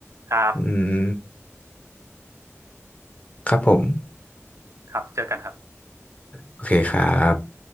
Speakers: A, on the right; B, on the left.
A: ครับ
B: อืมครับผม
A: ครับเจอกันครับ
B: โอเคครับ